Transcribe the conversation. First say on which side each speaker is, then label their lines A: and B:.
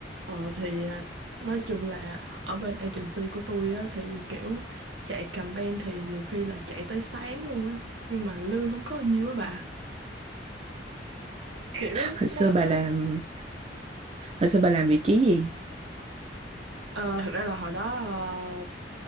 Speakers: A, on the right (about 85°); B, on the right (about 35°).
A: Ờ thì à, nói chung là ở bên agency của tôi á thì kiểu chạy campaign thì nhiều khi là chạy tới sáng luôn á nhưng mà lương không có nhiều á bà kiểu
B: hồi
A: nó
B: xưa bà
A: nó
B: làm hồi xưa bà làm vị trí gì
A: Ờ, thực ra là hồi đó ờ,